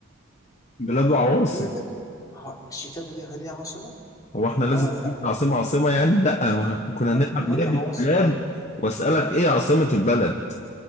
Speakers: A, on the left (about 35°); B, on the left (about 15°).
A: بلاد وعواصم
B: قلنا بلاده أهو، شيكاغو دي هل هي عاصمه
A: هو احنا لازم
B: اه ولا لا
A: نجيب عاصمة عاصمة يعني؟ لا ما كنا
B: امال
A: هنلعب
B: امال
A: لعبة
B: ايه عواصم
A: بلاد
B: دي
A: واسألك ايه عاصمة البلد؟